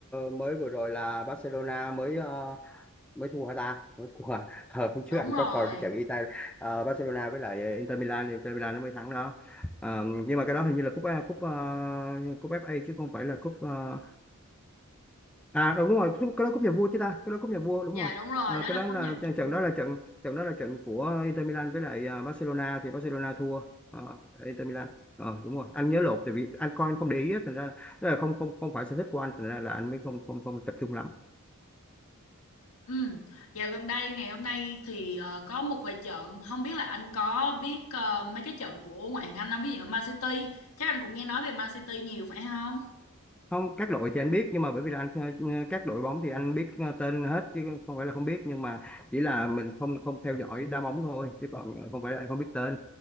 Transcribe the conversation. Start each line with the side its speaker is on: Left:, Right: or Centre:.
Centre: mới vừa rồi là Barcelona mới ờ, mới thua hả ta mới thua à? ờ, hôm trước
Left: đúng
Centre: anh
Left: rồi
Centre: có coi cái trận Ita ờ, Barcelona với lại Inter Milan thì Inter Milan nó mới thắng đó Ờ, nhưng mà cái đó hình như là cúp ờ, cúp ờ, cúp FA chứ không phải là cúp ờ, à ừ, đúng rồi cúp- cái đó cúp nhà vua chứ ta cái đó cúp nhà vua đúng
Left: dạ
Centre: rồi
Left: đúng rồi
Centre: Ờ,
Left: đó
Centre: cái
Left: là
Centre: đó
Left: cúp
Centre: là
Left: nhà
Centre: trận
Left: vua
Centre: trận đó là trận trận đó là trận của Inter Milan với lại ờ, Barcelona thì Barcelona thua ờ, Inter Milan ờ đúng rồi anh nhớ lộn tại vì anh coi anh không để ý á, thành ra là, tức là không không không phải sở thích của anh thành ra là anh mới không không không tập trung lắm
Left: Ừ. Dạo gần đây ngày hôm nay thì ờ, có một vài trận không biết là anh có biết ờ, mấy cái trận của ngoại hạng Anh không? Ví dụ Man City chắc anh cũng nghe nói về Man City nhiều phải không?
Centre: không các đội thì anh biết nhưng mà bởi vì là anh ờ, ờ, các đội bóng thì anh biết ờ, tên hết chứ không phải là không biết nhưng mà chỉ là mình không không theo dõi đá bóng thôi chứ còn ờ, không phải là anh không biết tên